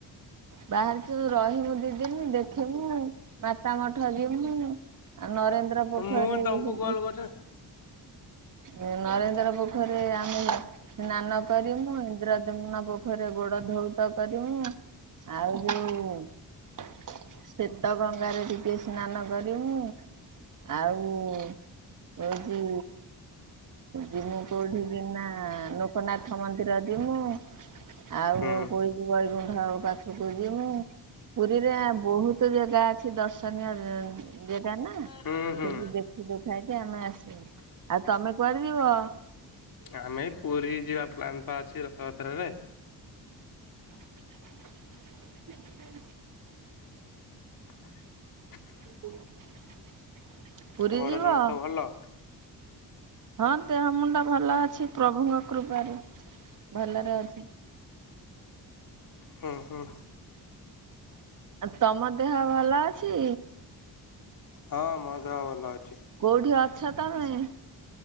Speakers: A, on the right; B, on the left.
A: ବାହାରିଛୁ ରହି ବୁ ଦିଦି ନି ଦେଖିମୁ ମାତା ମଠ ଯିମୁ। ଆଉନରେନ୍ଦ୍ର ପୋଖରୀରେ।
B: ମୁଁ
A: <unintelligible>
B: ତମକୁ କଲ କରିଛି
A: ନରେନ୍ଦ୍ର ପୋଖରରେ ଆମେ। ସ୍ନାନ କରି ମୁଁ ଇନ୍ଦ୍ରାଦେନପୋଖରୀରିରେ ଗୋଡ ଧଉ ତ କରିବୁ ଆଉ ଯୋଉ ଶେତ ଗଙ୍ଗାରେ ଟିକେ ସ୍ନାନ କରି ମୁଁ। ଆଉ ହେଉଛି ଯିମୁ କୋଉଠିିକିନା ଲୋକନାଥ ମନ୍ଦିର ଯିମୁ। ଆଉ
B: ହୁଁ।
A: କୋଇଲି ବୈକୁଠ। ପାଖକୁ ଯିମୁଁ ପୁରୀରେ ବହୁତ ଜାଗା ଅଛି ଦର୍ଶନୀୟ ଜେଗା ନା ସେଠି
B: ହୁଁ ହୁଁ
A: ଦେଖି ଦୁଖାକି ଆମେ ଆସିବୁ ଆଉ ତମେ କୁଆଡେ ଯିବ?
B: ଆମେ ପୁରୀ ଯିବା ପ୍ଲାନ୍ ପା ଅଛି ରଥଯାତ୍ରାରେ
A: <inaudible>
B: <inaudible>
A: <inaudible>
B: ଘରେ
A: ଯିବ?
B: ସମସ୍ତେ ଭଲ।
A: ହଁ ଦେହ ମୁଣ୍ଡା ଭଲ ଅଛି ପ୍ରଭୁଙ୍କ କୃପାରୁ ଭଲରେ ଅଛି।
B: ହୁଁ ହୁଁ।
A: ତମ ଦେହ ଭଲ ଅଛି?
B: ହଁ ମୋ ଦେହ ଭଲ ଅଛି।
A: କୋଉଠି ଅଛ ତମେ?